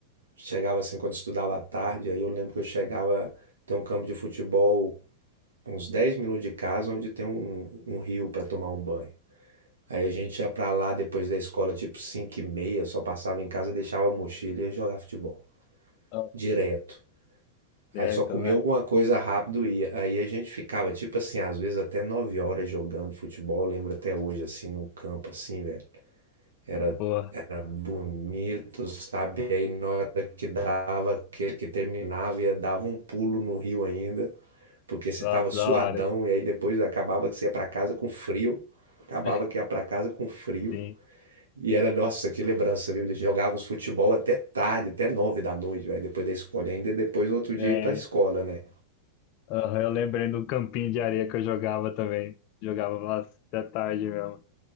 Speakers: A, on the right (about 70°); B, on the left (about 45°).
A: chegava assim quando estudava à tarde, aí eu lembro que eu chegava, tem um campo de futebol uns 10 minutos de casa, onde tem um, um rio para tomar um banho. Aí a gente ia pra lá depois da escola, tipo 5 e meia, só passava em casa, deixava a mochila e ia jogar futebol.
B: ó,
A: Direto.
B: é,
A: Aí só
B: então,
A: comia
B: é.
A: alguma coisa rápido e ia. Aí a gente ficava, tipo assim, às vezes até 9 horas jogando futebol, lembro até hoje, assim, num campo assim, velho. Era,
B: Porra,
A: era bonito, sabe? E aí na hora que dava, que, que terminava, ia dava um pulo no rio ainda, porque você
B: nossa,
A: tava suadão,
B: da hora.
A: e aí depois acabava que você ia pra casa com frio. Acabava
B: É,
A: que ia pra casa com frio.
B: Sim.
A: E era, nossa, que lembrança, viu? A gente jogava uns futebol até tarde, até nove da noite, velho, depois da escola. E ainda depois, outro dia,
B: É,
A: ir pra escola, né?
B: aham, eu lembrei do campinho de areia que eu jogava também. Jogava lá até tarde mesmo.